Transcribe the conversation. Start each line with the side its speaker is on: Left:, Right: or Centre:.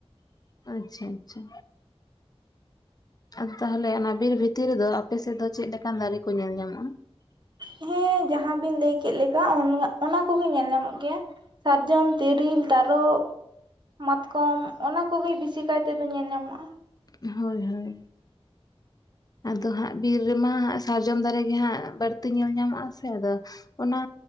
Left: ᱟᱪᱪᱷᱟ ᱟᱪᱪᱷᱟ᱾ ᱟᱨ ᱛᱟᱦᱚᱞᱮ ᱚᱱᱟ ᱵᱤᱨ ᱵᱷᱤᱛᱤᱨ ᱨᱮ ᱫᱚ ᱟᱯᱮ ᱥᱮᱫ ᱫᱚ ᱪᱮᱫ ᱞᱮᱠᱟᱱ ᱫᱟᱨᱮ ᱠᱚ ᱧᱮᱞ ᱧᱟᱢᱚᱜᱼᱟ?
Right: ᱦᱮᱸ, ᱡᱟᱦᱟᱸ ᱵᱤᱱ ᱞᱟᱹᱭ ᱠᱮᱫ ᱞᱮᱠᱟ, ᱚᱱᱟ ᱠᱚᱜᱮ ᱧᱮᱞ ᱧᱟᱢᱚᱜ ᱜᱮᱭᱟ᱾ ᱥᱟᱨᱡᱚᱢ, ᱛᱮᱤᱨᱤᱞ, ᱛᱟᱨᱚᱯ, ᱢᱟᱛᱠᱚᱢ ᱚᱱᱟ ᱠᱚᱜᱮ ᱵᱮᱥᱤ ᱠᱟᱹᱭᱛᱮ ᱫᱚ ᱧᱮᱞ ᱧᱟᱢᱚᱜᱼᱟ ᱾
Left: ᱦᱳᱭ ᱦᱳᱭ᱾ ᱟᱫᱚ ᱦᱟᱸᱜ ᱵᱤᱨ ᱨᱮᱢᱟᱜ ᱥᱟᱨᱡᱚᱢ ᱫᱟᱨᱮ ᱜᱮ ᱦᱟᱸᱜ ᱵᱟᱹᱲᱛᱤ ᱧᱮᱞ ᱧᱟᱢᱚᱜᱼᱟ ᱥᱮ, ᱟᱫᱚ ᱚᱱᱟᱼᱼ